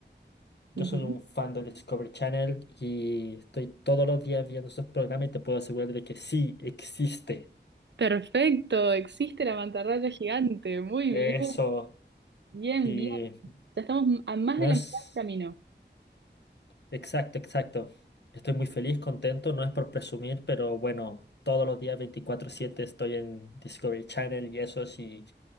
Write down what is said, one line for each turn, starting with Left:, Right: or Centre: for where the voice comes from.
Left: yo
Right: Ujú.
Left: soy un fan de Discovery Channel y estoy todos los días viendo esos programas y te puedo asegurar de que sí existe.
Right: Perfecto, existe la mantarraya gigante. Muy
Left: Eso,
Right: bien, bien,
Left: y
Right: bien. Ya estamos a más
Left: no
Right: de la
Left: es.
Right: mitad del camino.
Left: Exacto, exacto. Estoy muy feliz, contento, no es por presumir, pero bueno, todos los días 24/7 estoy en Discovery Channel y eso sí,